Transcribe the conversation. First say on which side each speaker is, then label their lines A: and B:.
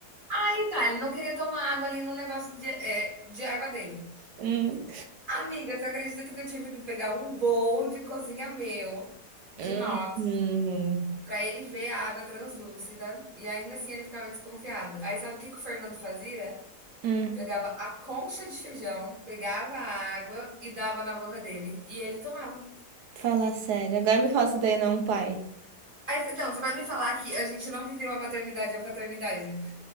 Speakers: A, on the right; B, on the right.
A: Aí tá, ele não queria tomar água ali no negócio de, é, de água dele.
B: Hum.
A: Amiga, você acredita que eu tive que pegar um bowl de cozinha meu, de
B: Hum.
A: inox,
B: Hum.
A: pra ele ver a água translúcida? E ainda assim ele ficava desconfiado. Aí sabe o que que o Fernando fazia?
B: Hum.
A: Pegava a concha de feijão, pegava a água e dava na boca dele. E ele tomava.
B: Fala sério. Agora me fala se daí não é um pai.
A: Aí, Não, você vai me falar que a gente não viveu a maternidade e a paternidade.